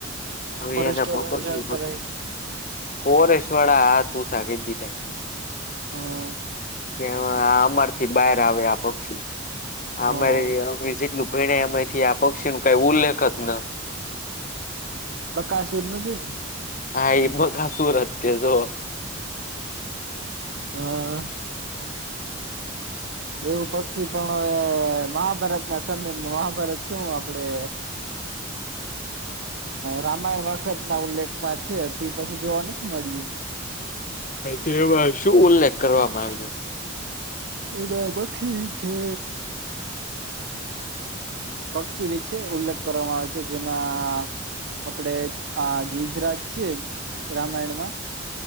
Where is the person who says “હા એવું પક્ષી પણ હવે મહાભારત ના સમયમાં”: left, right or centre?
Right